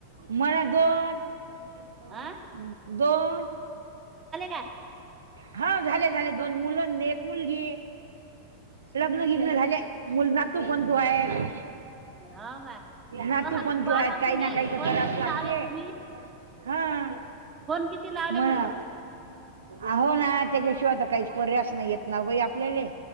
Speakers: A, on the right; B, on the right.
A: मला दोन <unintelligible>
B: आं
A: दोन
B: का
A: हाव झाले झाले दोन मुलं न एक मुलगी. लग्न बिघन झाले, मुल नातू पणतू आहे.
B: हो का
A: नातू
B: अह
A: पणतू
B: कॉल
A: आहे
B: आपले
A: काही ना
B: हे
A: काही तर
B: फोन
A: करावच
B: किती
A: लागते.
B: लावले तुम्ही
A: हा
B: फोन किती लावले
A: मरा
B: म्हटलं
A: आहो ना त्याच्याशिवाय तर काहीच पर्यायच नाही येत ना बाई आपल्याले.